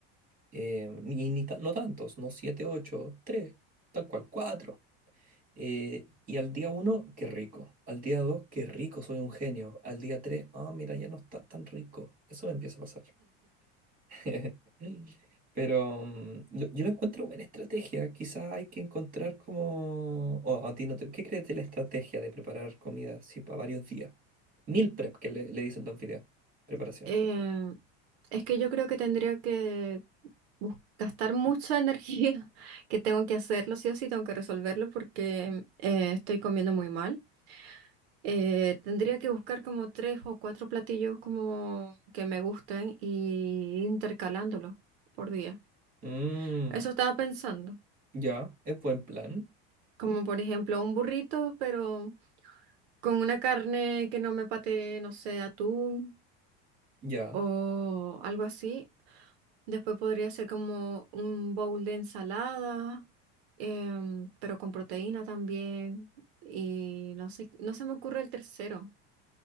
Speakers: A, on the right; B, on the right.
A: eh, ni, ni ta- no tantos, no siete, ocho, tres, tal cual, cuatro. Eh, y al día uno, qué rico. Al día dos, qué rico, soy un genio. Al día tres, ah, mira, ya no está tan rico. Eso me empieza a pasar. <laughs> Pero mm, lo- yo lo encuentro buena estrategia. Quizás hay que encontrar como... O a ti no te... ¿Qué crees de la estrategia de preparar comida así para varios días? Meal prep, que le, le dicen los videos. Preparación.
B: Eh, es que yo creo que tendría que bus- gastar mucha <laughs> energía, que tengo que hacerlo, sí o sí, tengo que resolverlo porque eh, estoy comiendo muy mal. Eh, tendría que buscar como tres o cuatro platillos como que me gusten y intercalándolos por día.
A: Mm,
B: Eso estaba pensando,
A: ya, es buen plan.
B: como por ejemplo un burrito, pero con una carne que no me patee, no sé, atún
A: Ya.
B: o algo así. Después podría ser como un bowl de ensalada, em, pero con proteína también. Y no sé, no se me ocurre el tercero.